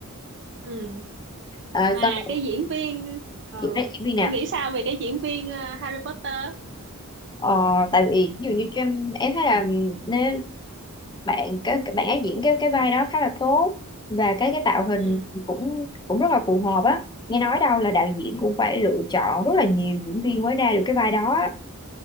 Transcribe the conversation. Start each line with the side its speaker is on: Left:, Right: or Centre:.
Right: ừ
Left: à,
Right: mà
Left: xong
Right: cái diễn viên ờ,
Left: chị nói diễn viên
Right: em
Left: nào
Right: nghĩ sao về cái diễn viên ờ, Harry Potter
Left: ờ, tại vì ví dụ như cho em em thấy là nếu bạn cái cái bạn ấy diễn cái cái vai đó khá là tốt và cái cái tạo hình
Right: ừ
Left: cũng cũng rất là phù hợp á nghe nói đâu là đạo diễn cũng phải lựa chọn rất là nhiều diễn viên mới ra được cái vai đó á.